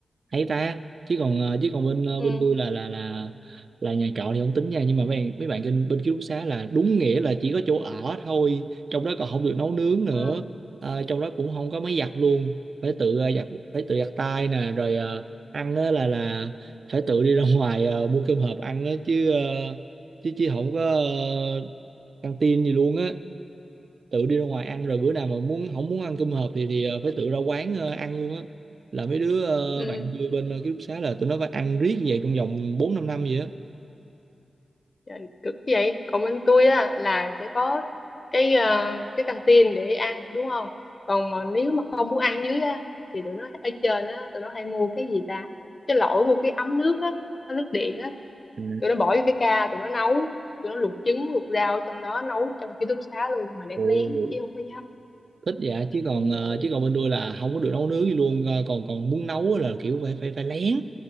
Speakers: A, on the right; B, on the left.
A: hay ta chứ còn ờ, chứ còn bên ờ,
B: Ừ.
A: bên tôi là là là là nhà trọ thì không tính nha nhưng mà mấy bạn mấy bạn bên bên ký túc xá là đúng nghĩa là chỉ có chỗ ở thôi trong đó còn không được nấu nướng nữa
B: Ờ,
A: Ờ, trong đó cũng không có máy giặt luôn phải tự ờ, giặt phải tự giặt tay nè rồi ờ, ăn á là là phải tự đi ra <laughs> ngoài ờ, mua cơm hộp ăn á chứ ờ, chứ chứ không có ờ, căng tin gì luôn á tự đi ra ngoài ăn rồi bữa nào mà muốn không muốn ăn cơm hộp thì thì ờ, phải tự ra quán ờ, ăn luôn á là mấy đứa ờ,
B: ừ.
A: bạn tôi bên ờ, ký túc xá là tụi nó phải ăn riết như vậy trong vòng bốn năm năm gì á
B: Trời, cực vậy còn bên tôi á là sẽ có cái ờ, cái căng tin để ăn đúng không còn mà nếu mà không muốn ăn dưới á thì tụi nó ở trên á tụi nó hay mua cái gì ta cái lỗi mua cái ấm nước á ấm nước điện á
A: À,
B: tụi nó bỏ vô cái ca tụi nó nấu tụi nó luộc trứng luộc rau trong đó nấu trong ký túc xá luôn mà lén
A: ồ,
B: lén chứ không có dám
A: thích dạ chứ còn
B: Đúng
A: ờ,
B: rồi.
A: chứ còn bên tôi là không có được nấu nướng gì luôn Ờ, còn còn muốn nấu á là kiểu phải phải phải lén